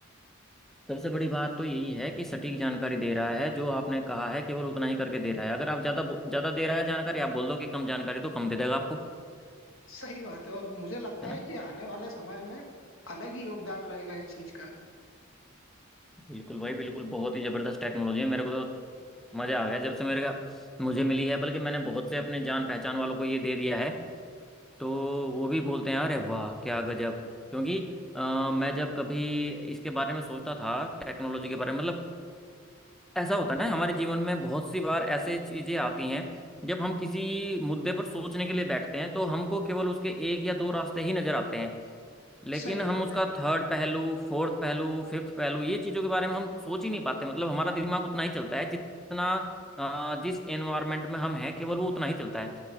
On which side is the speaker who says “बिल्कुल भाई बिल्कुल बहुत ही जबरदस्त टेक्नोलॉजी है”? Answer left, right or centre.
Centre